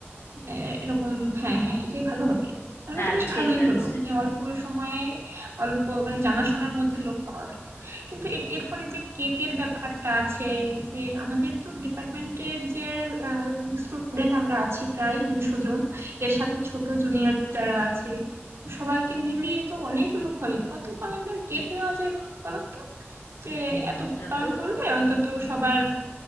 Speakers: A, on the right; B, on the left.
A: আহ, এরকম হ্যাঁ হ্যাঁ এটাই ভালো হবে তাহলে
B: হ্যাঁ
A: তো বেশ
B: ঠিক
A: ভালোই
B: আছে
A: হলো মানে অল্প সময়ে অল্প মানে জানাশোনার মধ্যে লোক পাওয়া গেল কিন্তু এর- এরপরে যে কেকের ব্যাপারটা আছে যে আমাদের তো ডিপার্টমেন্টের যে স্টুডেন্ট আমরা আছি প্রায় দুশো জন এর সাথে ছোট জুনিয়র যারা আছে তো সবাইকে মিলিয়ে তো অনেক লোক হবে কত পাউন্ডের কেক নেওয়া যায় বলো তো যে
B: এইটা
A: এত পাউন্ড
B: তো
A: হলে অন্তত সবার